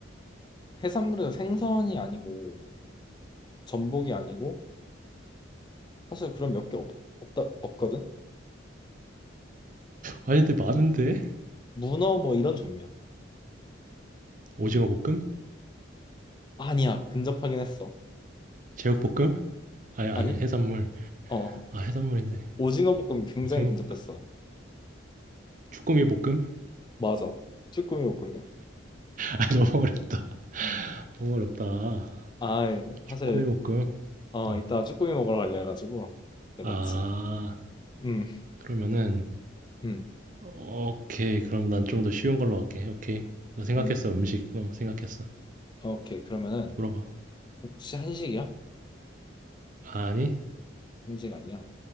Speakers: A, on the left (about 25°); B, on the right (about 45°).
A: 해산물에서 생선이 아니고 전복이 아니고 사실 그런 몇 개 없다 없거든.
B: 아니, 근데 많은데?
A: 문어 뭐 이런 종류야.
B: 오징어 볶음?
A: 아니야, 근접하긴 했어.
B: 제육볶음? 아니 아니
A: 아니?
B: 해산물.
A: 어,
B: 아 해산물인데
A: 오징어 볶음 굉장히
B: 오징어
A: 근접했어.
B: 볶음. 주꾸미 볶음? <laughs>
A: 맞아, 쭈꾸미 볶음이야.
B: 아 너무 어렵다. 너무 어렵다.
A: 아,
B: 주꾸미
A: 사실
B: 볶음.
A: 어
B: 응.
A: 이따 쭈꾸미 먹으러 가려 해가지고 네 맞지.
B: 아
A: 음,
B: 그러면은
A: 음,
B: 오케이 그럼 난 좀 더 쉬운 걸로 할게. 오케이. 나 생각했어
A: 음.
B: 음식. 어 생각했어.
A: 오케이 그러면은
B: 물어봐.
A: 혹시 한식이야?
B: 아니?
A: 한식 아니야?